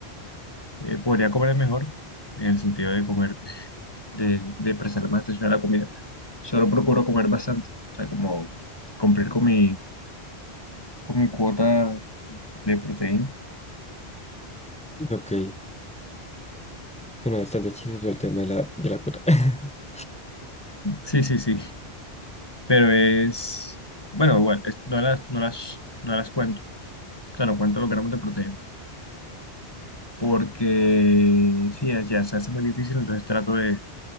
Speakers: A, on the left; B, in the centre.
A: Eh, podría comer mejor, en el sentido de comer, de, de prestarle más atención a la comida. Solo procuro comer bastante, o sea, como cumplir con mi, con mi cuota de proteína.
B: Ok, suena bastante chistoso el tema de la, de la cuota. <laughs>
A: Sí, sí, sí, pero es, bueno, bueno, es- no las, no las, no las cuento, o sea, no cuento los gramos de proteína, porque sí, ya ya se hace muy difícil, entonces trato de,